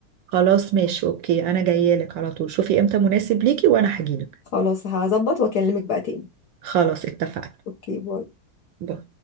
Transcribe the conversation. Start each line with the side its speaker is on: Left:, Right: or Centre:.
Right: خلاص ماشي اوكي انا جاية لك على طول شوفي امتى مناسب ليكي وانا هجيلك
Left: خلاص هظبط واكلمك بقى تاني
Right: خلاص اتفقنا
Left: اوكي باي
Right: باي.